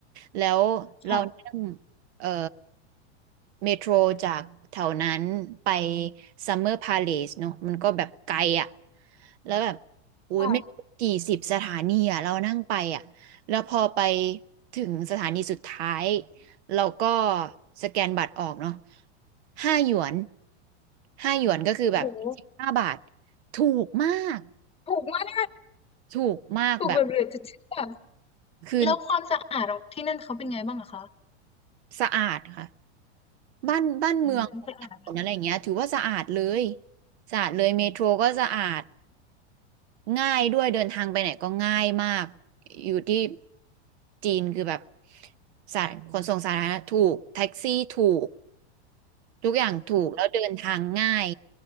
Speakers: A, on the right (about 70°); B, on the left (about 15°).
A: แล้วเรานั่ง
B: ค่ะ
A: เอ่อเมโทรจากแถวนั้นไปซัมเมอร์พาเลสเนอะมันก็แบบไกลอ่ะแล้วแบบอุ้ยไม่รู้กี่สิบสถานีอ่ะเรานั่งไปอ่ะแล้วพอไป
B: ค่ะ
A: ถึงสถานีสุดท้ายเราก็สแกนบัตรออกเนาะห้าหยวนห้าหยวนก็คือแบบสิบห้าบาท
B: โอ้โห
A: ถูกมาก
B: ถูกมาก
A: ถูกมากแบบ
B: ถูกแบบเหลือจะเชื่อ
A: คือ
B: แล้วความสะอาดของที่นั่นเขาเป็นไงบ้างอะคะ
A: สะอาดค่ะ บ้านบ้านเมืองถนนอะไรอย่างเงี้ยถือว่าสะอาดเลย
B: อืมสะอาดเลย
A: สะอาดเลยเมโทรก็สะอาดง่ายด้วยเดินทางไปไหนก็ง่ายมากอยู่ที่จีนคือแบบสาขนส่งสาธารณะถูกแท็กซี่ถูกทุกอย่างถูกแล้วเดินทางง่าย